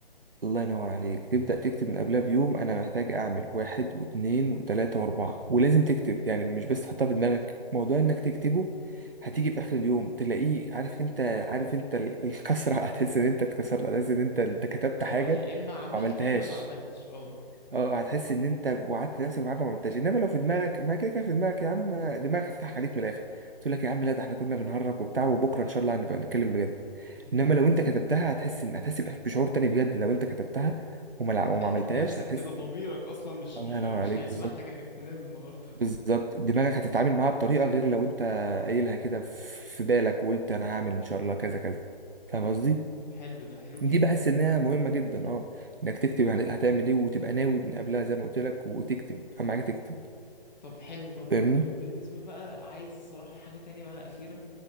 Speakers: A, on the right; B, on the left.
A: الله ينور عليك تبدا
B: حلو
A: تكتب من قبلها بيوم انا محتاج اعمل واحد واثنين وثلاثه واربعه ولازم تكتب يعني مش بس تحطها في دماغك موضوع انك تكتبه هتيجي في اخر اليوم تلاقيه عارف انت عارف انت ال- الكسره <laughs> هتحس ان انت اتكسرت هتحس ان انت انت كتبت
B: اه
A: حاجه
B: يا اما عملت
A: وما عملتهاش
B: يا اما ما عملتش اه
A: اه هتحس ان انت وعدت نفسك بحاجه ما عدتهاش انما لو في دماغك ما كده كده في دماغك يا عم دماغك هتضحك عليك من الاخر تقول لك يا عم لا ده احنا كنا بنهرج وبتاع وبكره ان شاء الله هنبقى نتكلم بجد
B: مم.
A: انما لو انت كتبتها هتحس ان هتحس بإح- بشعور تاني بجد لو انت كتبتها وما لع-
B: هتأنب
A: وما عملتهاش
B: نفسك
A: هتحس
B: كده ضميرك اصلا مش
A: الله
B: مش
A: ينور
B: مش
A: عليك
B: هيسمح
A: بالظبط
B: لك انك تنام النهارده
A: بالظبط دماغك هتتعامل معاها بطريقه غير لو انت قايلها كده في بالك وقلت انا هعمل ان شاء الله كذا كذا فاهم قصدي
B: <laughs> حلو ده حلو
A: دي
B: جدا
A: بحس انها مهمه جدا اه انك تكتب يعني هتعمل ايه وتبقى ناوي من قبلها زي ما قلت لك وتكتب اهم حاجه تكتب
B: طب حلو طب
A: فاهمني
B: بالنسبة بقى عايز صراحة حاجة تانية بقى أخيرة